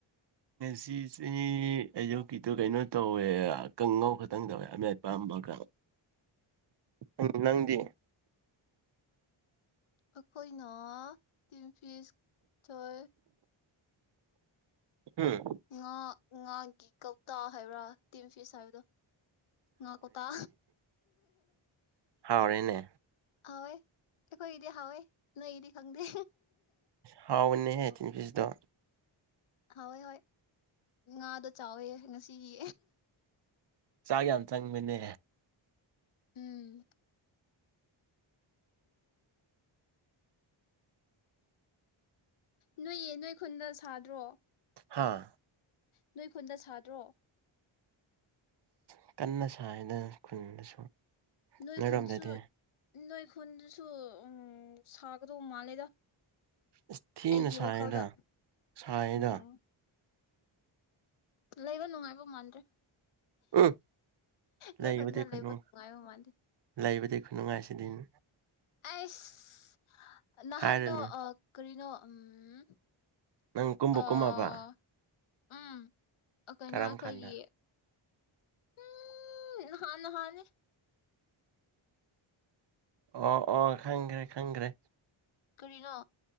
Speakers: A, on the right; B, on the left.
A: ꯁꯤ ꯆꯍꯤ ꯑꯌꯨꯀꯤꯗꯣ ꯀꯩꯅꯣ ꯇꯧꯋꯦ ꯀꯥꯡꯉꯧ ꯈꯛꯇꯪ ꯇꯧꯋꯦ ꯌꯥꯝꯅꯄꯥꯥꯝꯕ ꯈ꯭ꯔ ꯎꯝ ꯅꯪꯗꯤ
B: ꯑꯩꯈꯣꯏꯅ ꯇꯤꯝ ꯐꯤꯁ ꯆꯣꯏ
A: ꯎꯝ
B: ꯉꯥ ꯉꯥꯒꯤ ꯀꯧꯇꯥ ꯍꯥꯏꯕ꯭ꯔꯥ ꯇꯤꯝ ꯐꯤꯁ ꯍꯥꯏꯕꯗꯣ ꯉꯥ ꯇꯧꯇ
A: ꯍꯥꯎꯔꯅꯦ
B: ꯍꯥꯎꯋꯦ ꯑꯩꯈꯣꯏ ꯏꯗꯤ ꯍꯥꯎꯋꯦ ꯅꯣꯏꯗꯤ ꯈꯪꯗꯦ
A: ꯍꯥꯎꯟꯅꯦ ꯍꯥꯏꯦꯇꯤꯟ ꯄ ꯗꯣ
B: ꯍꯣꯏ ꯍꯣꯏ ꯉꯗꯣ ꯆꯥꯎꯋꯦ ꯉꯁꯤꯒꯤ
A: ꯆꯥꯛ ꯌꯥꯝ ꯆꯪꯕꯅꯦ
B: ꯎꯝ ꯅꯣꯏꯌꯦ ꯅꯣꯏ ꯈꯨꯟꯗ ꯁꯥꯗ꯭ꯔꯣ
A: ꯍꯥꯥ
B: ꯅꯣꯏ ꯈꯨꯟꯗ ꯁꯥꯗ꯭ꯔꯣ
A: ꯑ ꯀꯟꯅ ꯁꯥꯏꯗꯅ ꯈꯨꯟꯗꯁꯨ
B: ꯅꯣꯏ
A: ꯅꯣꯏꯔꯣꯝꯗꯗꯤ
B: ꯈꯨꯟꯗꯁꯨ ꯅꯣꯏ ꯈꯨꯟꯗꯨꯁꯨ ꯎꯝ ꯁꯥꯒꯗꯧꯕ ꯃꯥꯜꯂꯦꯗ
A: ꯏꯁꯊꯤꯅ
B: ꯑꯩꯒꯤ
A: ꯁꯥꯏꯗ
B: ꯋꯥꯈꯜꯗ
A: ꯁꯥꯏꯗ
B: ꯎꯝ ꯂꯩꯕ ꯅꯨꯡꯉꯥꯏꯕꯧ ꯃꯥꯟꯗ꯭ꯔꯦ
A: ꯎꯝ
B: ꯅꯣꯏ
A: ꯂꯩꯕꯗꯤ
B: ꯈꯨꯟꯗ
A: ꯈꯨꯅꯨꯡꯉꯥꯏ
B: ꯂꯩꯕ ꯅꯨꯡꯉꯥꯏꯕ ꯃꯥꯟꯗꯦ
A: ꯂꯩꯕꯗꯤ ꯈꯨꯠꯅꯨꯡꯉꯥꯏꯁꯤꯗꯤꯅꯦ꯫
B: ꯑꯥꯏꯁ ꯅꯍꯥꯟꯗꯣ
A: ꯍꯥꯏꯔꯨꯅꯨ
B: ꯑꯥ ꯀꯔꯤꯅꯣ꯫ ꯎꯝ꯫
A: ꯅꯪ ꯀꯨꯝꯕ
B: ꯑꯥ
A: ꯀꯨꯝꯃꯕ꯫
B: ꯎꯝ꯫ ꯑꯥ ꯀꯩꯅꯣ
A: ꯀꯔꯝ
B: ꯑꯩꯈꯣꯏꯒꯤ꯫
A: ꯀꯥꯟꯗ
B: ꯎꯝ ꯅꯍꯥꯟ ꯅꯍꯥꯟꯅꯦ꯫
A: ꯑꯣ ꯑꯣ ꯈꯪ꯭ꯔꯦ ꯈꯪ꯭ꯔꯦ
B: ꯀꯔꯤꯅꯣ꯫